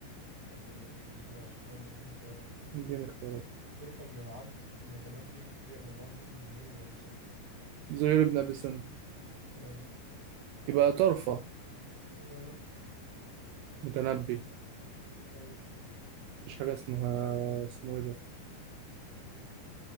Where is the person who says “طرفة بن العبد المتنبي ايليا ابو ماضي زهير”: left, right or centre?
Left